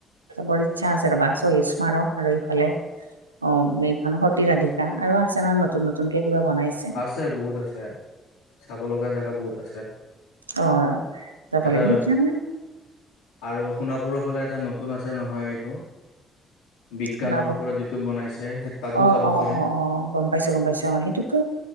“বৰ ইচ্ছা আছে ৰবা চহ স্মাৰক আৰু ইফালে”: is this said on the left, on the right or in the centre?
Right